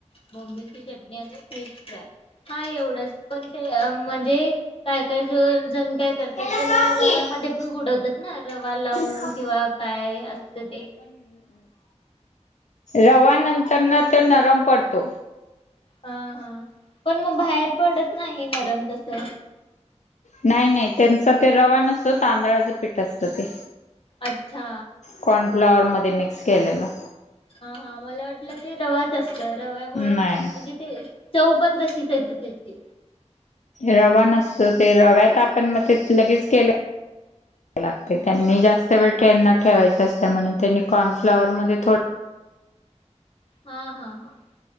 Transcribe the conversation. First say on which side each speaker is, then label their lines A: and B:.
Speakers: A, on the left; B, on the left.
A: बोंबिल ची चटणी आणि फिश फ्राय हा एवढंच. पण ते म्हणजे, काय काय जो जण काय करतात,
B: तिथून
A: त्याला रव्यामध्ये पण बुडवतात. हा रवा लावून,
B: काप.
A: किंवा काय असतं ते?
B: रवानंतर ना तो नरम पडतो.
A: हा हा, पण मग बाहेर पडत नाही, नरम तसं
B: नाही नाही, त्यांचा तो रवा नसतो तांदळाचं पीठ असतं ते.
A: अच्छा
B: कॉर्नफ्लावर मध्ये मिक्स केलेला.
A: हां हां मला वाटलं ते रवाच असतं रव्यामुळं
B: नाही.
A: म्हणजे, ते चव पण तशीच येते. कशाची?
B: रवा नसतो ते रव्यात आपण मग ते लगेच केलं लागतंय त्यांनी जास्त वेळ त्यांना ठेवायचं असतयं, म्हणून त्यांनी कॉर्नफ्लावर मध्ये थोड
A: हां हां हां.